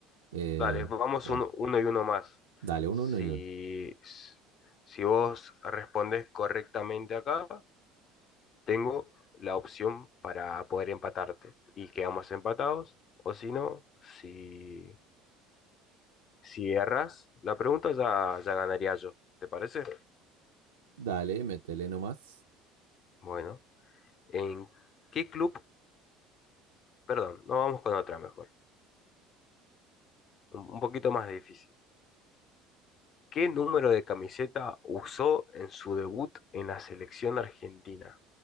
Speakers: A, on the right; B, on the left.
A: eh,
B: dale, vamos
A: bueno,
B: uno, uno y uno más.
A: dale, uno,
B: Si,
A: uno y uno.
B: si vos respondés correctamente acá, tengo la opción para poder empatarte y quedamos empatados, o si no, si... Si erras la pregunta, ya, ya ganaría yo. ¿Te parece?
A: Dale, métele nomás.
B: Bueno, ¿en qué club? Perdón, no vamos con otra mejor. Un, un poquito más difícil. ¿Qué número de camiseta usó en su debut en la selección argentina?